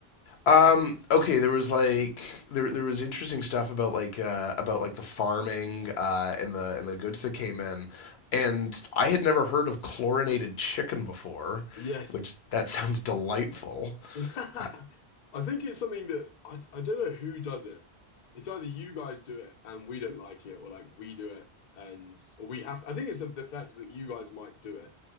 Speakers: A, on the left; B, on the left.
A: Um, okay, there was like there there was interesting stuff about like uh about like the farming uh and the and the goods that came in. And I had never heard of chlorinated chicken before,
B: Yes.
A: which that <laughs> sounds delightful.
B: <laughs> I
A: Uh,
B: think it's something that I, I don't know who does it. It's either you guys do it and we don't like it, or like we do it and or we have to. I think it's the, the fact is that you guys might do it